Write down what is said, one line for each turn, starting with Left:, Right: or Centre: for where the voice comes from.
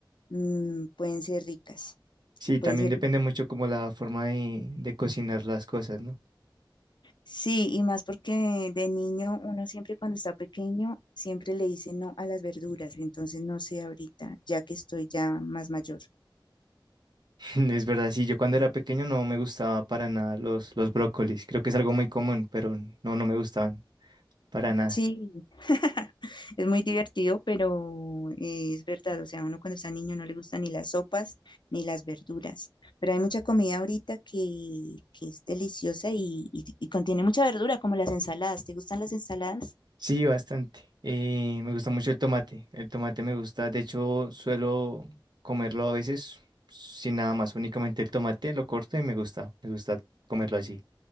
Left: mm, pueden ser ricas
Right: Sí,
Left: o pueden
Right: también
Left: ser
Right: depende
Left: ricas.
Right: mucho como la forma de, de cocinar las cosas, ¿no?
Left: Sí, y más porque de niño uno siempre cuando está pequeño siempre le dice no a las verduras, entonces no sé ahorita, ya que estoy ya más mayor.
Right: <laughs> Es verdad, sí, yo cuando era pequeño no me gustaba para nada los, los brócolis. Creo que es algo muy común, pero no, no me gustaban para nada.
Left: Sí, <laughs> es muy divertido, pero eh, es verdad, o sea, uno cuando está niño no le gustan ni las sopas ni las verduras, pero hay mucha comida ahorita que, que es deliciosa y, y y contiene mucha verdura, como las ensaladas. ¿Te gustan las ensaladas?
Right: Sí, bastante. Eh, me gusta mucho el tomate. El tomate me gusta, de hecho, suelo comerlo a veces sin nada más, únicamente el tomate lo corto y me gusta, me gusta comerlo así.